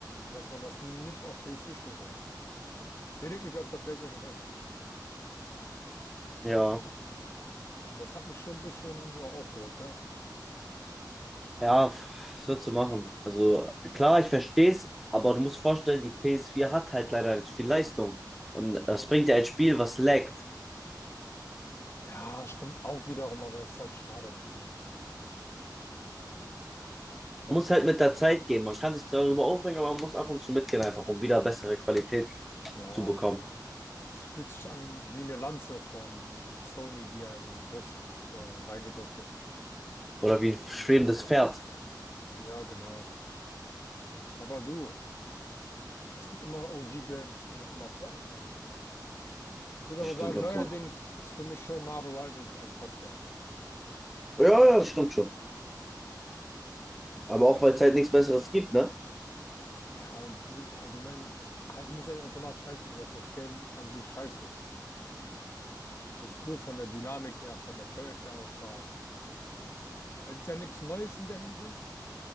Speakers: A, on the left (about 35°); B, in the centre.
A: dass man das nicht auf ps vier spielen kann. Lediglich auf der PlayStation 5.
B: Ja.
A: Und das hat mich schon ein bisschen ja, aufgeregt, ne?
B: Ja, pff, was willst du machen? Also klar, ich verstehe es, aber du musst vorstellen, die ps vier hat halt leider nicht viel Leistung. Und das bringt ja ein Spiel, was laggt.
A: Ja, stimmt auch wiederum, aber es ist halt schade darum, ne?
B: Man muss halt mit der Zeit gehen. Man kann sich darüber aufregen, aber man muss ab und zu mitgehen, einfach um wieder bessere Qualität
A: Ja,
B: zu bekommen.
A: es fühlt sich an wie eine Lanze von Sony, die einem in die Brust äh, reingedrückt wird.
B: Oder wie ein schwebendes Pferd.
A: Ja, genau. Aber du. Es gibt immer OG-Games, die man immer zocken kann. Ich würde
B: Das
A: aber
B: stimmt
A: sagen,
B: natürlich.
A: neuerdings ist für mich schon Marvel Rivals ein Top-Game.
B: Ja, ja, das stimmt schon.
A: So die,
B: Aber
A: die,
B: auch,
A: aber-
B: weil es halt nichts Besseres gibt, ne?
A: ja, aber dieses Argument ah, ich muss ja nicht automatisch heißen, dass das Game an sich scheiße ist. Es ist cool von der Dynamik her, von der Charakterauswahl. Es ist ja nichts Neues in der Hinsicht.